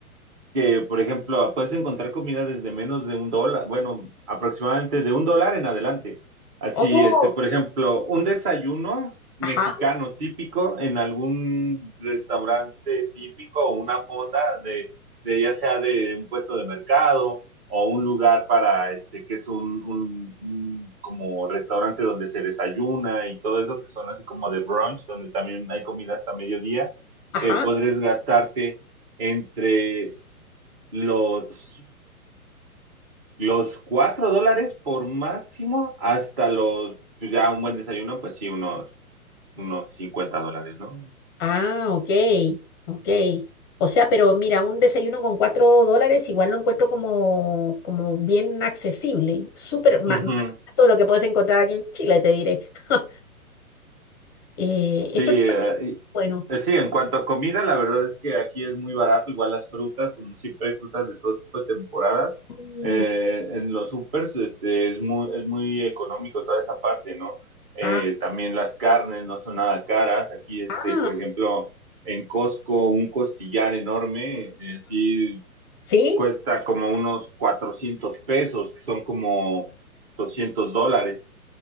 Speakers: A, on the right (about 35°); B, on the left (about 15°).
A: que, por ejemplo, puedes encontrar comida desde menos de un dólar, bueno, aproximadamente de un dólar en adelante. Así,
B: Oh,
A: este, por ejemplo, un desayuno mexicano
B: ajá,
A: típico en algún restaurante típico o una fonda de, de ya sea de un puesto de mercado o un lugar para, este, que es un, un, un como restaurante donde se desayuna y todo eso, que son así como de brunch, donde también hay comida hasta mediodía,
B: ajá.
A: eh, podrías gastarte entre los, los 4 dólares por máximo hasta los, pues, ya un buen desayuno, pues sí, unos, unos 50 dólares, ¿no?
B: Ah, ok, ok. O sea, pero mira, un desayuno con cuatro dólares igual lo encuentro como, como bien accesible, súper ma-
A: Ujú.
B: más todo lo que puedes encontrar aquí en Chile, te diré. <laughs> Eh, eso
A: Sí, eh,
B: es
A: y-
B: bueno.
A: eh, sí, en cuanto a comida, la verdad es que aquí es muy barato, igual las frutas, como siempre hay frutas de todo tipo de temporadas,
B: Mm,
A: eh, en los supers, este, es muy, es muy económico toda esa parte, ¿no? Eh,
B: ah,
A: también las carnes no son nada caras, aquí, este,
B: ah,
A: por ejemplo, en Costco, un costillar enorme, eh, sí
B: ¿sí?
A: cuesta como unos 400 pesos, que son como 200 dólares,